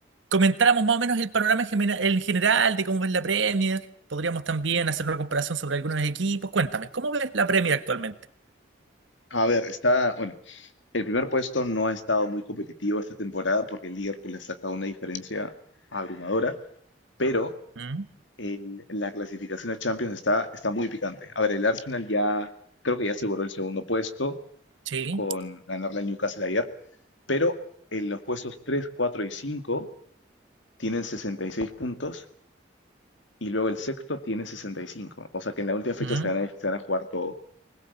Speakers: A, on the right; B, on the left.
A: comentáramos más o menos el panorama en gemena- en general de cómo ves la Premier. Podríamos también hacer una comparación sobre algunos equipos. Cuéntame, ¿cómo ves la Premier actualmente?
B: A ver, está, bueno, el primer puesto no ha estado muy competitivo esta temporada porque el Liverpool ha sacado una diferencia abrumadora, pero
A: ¿Mm?
B: el- la clasificación a Champions está, está muy picante. A ver, el Arsenal ya, creo que ya aseguró el segundo puesto
A: ¿Sí?
B: con ganarle al Newcastle ayer, pero en los puestos 3, 4 y 5 tienen 66 puntos y luego el sexto tiene 65. O sea que en la última fecha
A: ¿Mm?
B: se van a, se van a jugar todo.